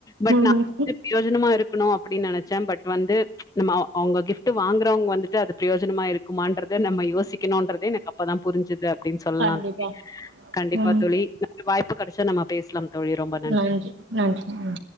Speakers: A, on the left (about 20°); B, on the right (about 80°).
A: பட்
B: ம்
A: நா
B: ம்
A: பிரியோஜனமா இருக்கணு அப்டி நெனச் நெனச்ச பட் வந்து நம்ம அவங்க கிஃப்ட்டு வாங்குறவங்க வந்துட்டு அது பிரியோஜனமா இருக்குமான்றது நம்ம யோசிக்கணுன்றதே எனக்கு அப்பதா புருஞ்சுது அப்டின் சொல்லா
B: கண்டிப்பா
A: தோழி கண்டிப்பா
B: ம்
A: தோழி அடுத்த வாய்ப்பு கெடச்சா நம்ம பேசலாம் தோழி. ரொம்ப
B: நன்றி நன்றி ம்